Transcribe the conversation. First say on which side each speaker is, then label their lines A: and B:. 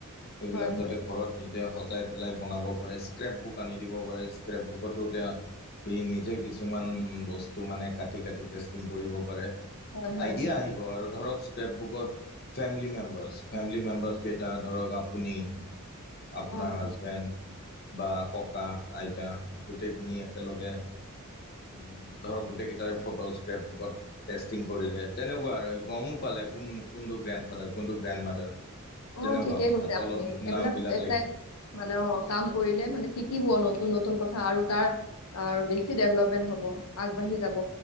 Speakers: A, on the left; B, on the left.
A: এইবিলাক
B: হয়
A: যাতে
B: হয়
A: ঘৰত নিজে সজাই পেলাই বনাব পাৰে স্ক্ৰেপ বুক আনি দিব পাৰে স্ক্ৰেপ বুক। টো তেওঁ সি নিজে কিছুমান বস্তু মানে কাটি কাটি পেষ্টিং কৰিব পাৰে।
B: হয় হয়
A: আইডিয়া
B: হয়
A: আহিব আৰু ধৰক স্ক্ৰেপ বুকত ফেমিলি মেম্বাৰছ ফেমিলি মেম্বাৰছ কেইটা ধৰক আপুনি আপোনাৰ
B: অ
A: হাজবেণ্ড বা ককা আইতা গোটেইখিনি একেলগে উম, ধৰক গোটেইকেইটাই ফটো স্ক্ৰেপ বুকত টেষ্টিং কৰিলে তেনেকুৱা আৰু গম পাই কোন তো গ্ৰেণ্ড ফাদাৰ, কোনতো গ্ৰেণ্ড মাদাৰ
B: অ',
A: তেনেকুৱা
B: ঠিকে
A: কটা
B: কৈছে
A: তলত
B: আপুনি
A: নাম বিলাক
B: <unintelligible> মানে অ', কাম কৰিলে মানে শিকিব নতুন নতুন কথা আৰু তাৰ বেছি ডেভলপমেন্ট, হব আগবাঢ়ি যাব।